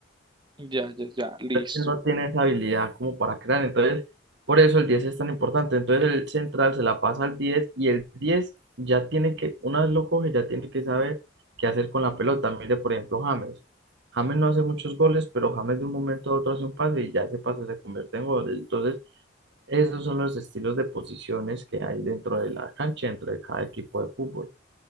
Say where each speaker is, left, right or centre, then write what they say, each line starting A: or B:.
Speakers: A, on the right; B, on the right.
A: Ya, ya, ya, listo.
B: él no tiene esa habilidad como para crear. Entonces, por eso el 10 es tan importante. Entonces, el central se la pasa al 10 y el 10 ya tiene que, una vez lo coge, ya tiene que saber qué hacer con la pelota. Mire, por ejemplo, James. James no hace muchos goles, pero James de un momento a otro hace un pase y ya ese pase se convierte en gol. Entonces, esos son los estilos de posiciones que hay dentro de la cancha, dentro de cada equipo de fútbol.